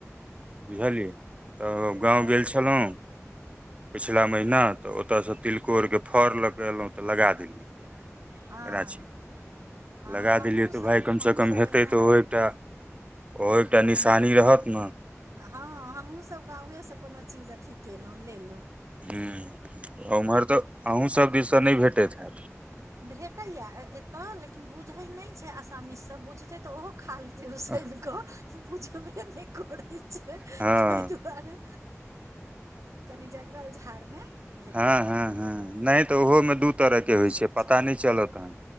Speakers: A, on the right; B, on the right.
A: बुझलियै तऽ
B: हँ
A: गाँव गेल छेलौ पिछला महिना तऽ ओत स तिलकोरके फड़ लऽ कऽ एयलौ तऽ लगा देलियै
B: हँ
A: गाछी
B: हँ
A: लगा
B: हमहूँसभ
A: देलियै तऽ भाय कम
B: हमहूँसभ
A: स कम हेतै
B: अहिना
A: तऽ
B: रह
A: ओहो एकटा ओहो एकटा निशानी रहत न
B: हँ हमहुँ सब गाँवे स कोनो चीज अथी केलौं लेलौं
A: हुँ ओम्हर तऽ अहुँ सब दिसन नै भेटैत हएत
B: भेटै या एतऽ लेकिन बुझय नै छैय आसामी सब बुझतेै तऽ ओहो खाल ले उसयन
A: हँ
B: क बुझबे नैय करैय छै
A: हँ
B: तैय दुआरे कनि जंगल झाड़ मे
A: हँ हँ हँ नै तऽ ओहोमे दू तरहके
B: ओसभ
A: होइ छै
B: चीज
A: पता नै चलत आहाँ